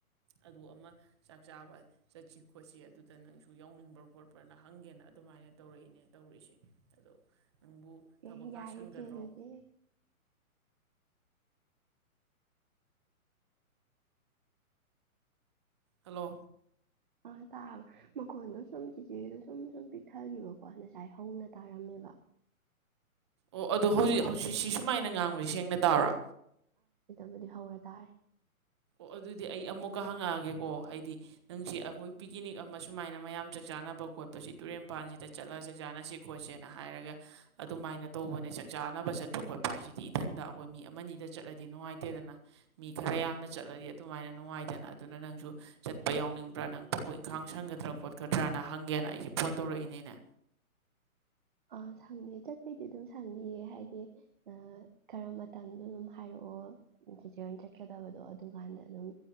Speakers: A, on the right; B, on the right.
A: ꯑꯗꯨ ꯑꯃ ꯆꯥꯛ ꯆꯥꯕ ꯆꯠꯁꯤ ꯈꯣꯠꯁꯤ ꯑꯗꯨꯗ ꯅꯪꯁꯨ ꯌꯥꯎꯅꯤꯡꯕ꯭ꯔꯥ ꯈꯣꯠꯄ꯭ꯔꯥꯅ ꯍꯪꯒꯦꯅ ꯑꯗꯨꯃꯥꯏꯅ ꯇꯧꯔꯛꯏꯅꯦ ꯇꯧꯔꯛꯏꯁꯦ ꯑꯗꯣ ꯅꯪꯕꯨ ꯊꯕꯛꯀ
B: ꯑꯦ ꯌꯥꯏꯦ
A: ꯁꯪꯒꯗ꯭ꯔꯣ
B: ꯆꯦ ꯑꯗꯨꯗꯤ
A: ꯍꯜꯂꯣ
B: ꯑ ꯇꯥꯕ ꯃꯈꯣꯟꯗꯣ ꯁꯨꯝ ꯆꯤꯆꯦꯗꯣ ꯁꯨꯝ ꯁꯨꯝ ꯄꯤꯛꯊꯈꯤꯕꯀꯣ ꯉꯁꯥꯏ ꯍꯧꯅ ꯇꯥꯔꯝꯃꯦꯕ
A: ꯑꯣ ꯑꯣ ꯍꯧꯖꯤꯛ ꯍꯧꯖꯤꯛ ꯁꯤ ꯁꯨꯃꯥꯏꯅ ꯉꯥꯡꯕ ꯁꯦꯡꯅ ꯇꯥꯎꯔ
B: ꯕꯨꯗꯤ ꯍꯧꯔ ꯇꯥꯔꯦ
A: ꯑꯗꯨꯗꯤ ꯑꯩ ꯑꯃꯨꯛꯀ ꯍꯪꯉꯛꯑꯒꯦꯀꯣ ꯍꯥꯏꯗꯤ ꯅꯪꯁꯤ ꯑꯩꯈꯣꯏ ꯄꯤꯛꯅꯤꯛ ꯑꯃ ꯁꯨꯃꯥꯏꯅ ꯃꯌꯥꯝ ꯆꯥꯛ ꯆꯥꯅꯕ ꯈꯣꯠꯄꯁꯤ ꯇꯨꯔꯦꯟꯄꯥꯟꯁꯤꯗ ꯆꯠꯂꯒ ꯆꯥꯛ ꯆꯥꯅꯁꯦ ꯈꯣꯠꯁꯦꯅ ꯍꯥꯏꯔꯒ ꯑꯗꯨꯃꯥꯏꯅ ꯇꯧꯕꯅꯦ ꯆꯥꯛ ꯆꯥꯅꯕ ꯆꯠꯄ ꯈꯣꯠꯄ ꯍꯥꯏꯁꯤꯗꯤ ꯏꯊꯟꯗ ꯑꯩꯈꯣꯏ ꯃꯤ ꯑꯃꯅꯤ ꯑꯗ ꯆꯠꯂꯗꯤ ꯅꯨꯡꯉꯥꯏꯇꯦꯗꯅ ꯃꯤ ꯈꯔ ꯌꯥꯝꯅ ꯆꯠꯂꯗꯤ ꯑꯗꯨꯃꯥꯏꯅ ꯅꯨꯡꯉꯥꯏꯗꯅ ꯑꯗꯨꯅ ꯅꯪꯁꯨ ꯆꯠꯄ ꯌꯥꯎꯅꯤꯡꯕ꯭ꯔꯥ ꯅꯪ ꯊꯕꯛ ꯏꯪꯈꯥꯡ ꯁꯪꯒꯗ꯭ꯔꯥ ꯈꯣꯠꯀꯗ꯭ꯔꯅ ꯍꯪꯒꯦꯅ ꯑꯩꯁꯦ ꯐꯣꯟ ꯇꯧꯔꯛꯏꯅꯤꯅꯦ
B: ꯑꯥ ꯁꯪꯅꯤꯌꯦ ꯆꯠꯄꯩꯗꯤ ꯑꯗꯨꯝ ꯁꯪꯅꯤꯌꯦ ꯍꯥꯏꯗꯤ ꯈꯔ ꯃꯇꯝꯗꯣ ꯑꯗꯨꯝ ꯍꯥꯏꯔꯛꯑꯣ ꯁꯤꯆꯟ ꯆꯠꯀꯗꯕꯗꯣ ꯑꯗꯨꯀꯥꯟꯗ ꯑꯗꯨꯝ